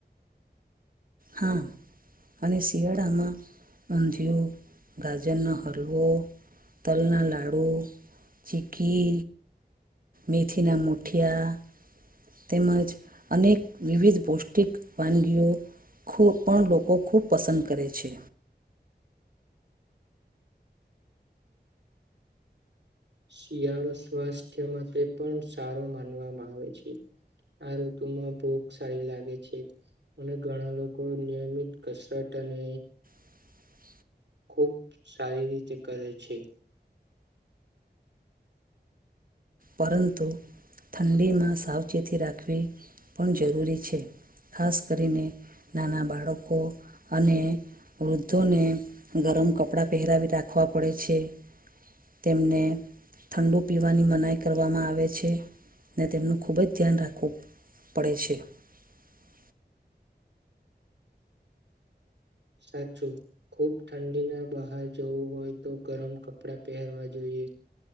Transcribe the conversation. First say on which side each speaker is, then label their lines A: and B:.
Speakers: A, on the right (about 55°); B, on the right (about 85°).
A: હા અને શિયાળામાં ઊંધિયું, ગાજરનો હલવો તલના લાડુ, ચિકકી મેથિના મુઠિયા તેમજ અનેક વિવિધ, પૌષ્ટિક વાનગીઓ ખૂબ પણ લોકો ખૂબ પસંદ કરે છે.
B: શિયાળો સ્વાસ્થ્ય માટે પણ સારો માનવામાં આવે છે. આ ઋતુમાં ભૂખ સારી લાગે છે, અને ઘણા લોકો નિયમિત કસરત તને
A: <unintelligible> <inaudible>
B: ખુબ સારી રીતે કરે છે.
A: પરંતુ ઠંડીમા, સાવચેતી રાખવી પણ જરૂરી છે. ખાસ કરીને, નાના બાળકો અને વૃદ્ધોને, ગરમ કપડાં પહેરાવી રાખવા પડે છે. તેમને ઠડુ, પીવાની મનાઈ કરવામાં આવે છેને, તેમનું ખૂબ જ ધ્યાન રાખવું પડે છે. <unintelligible> <inaudible>
B: સાચુ ખૂબ ઠંડીના બહાર જવું હોય, તો ગરમ કપડા પહેરવા જોઈએ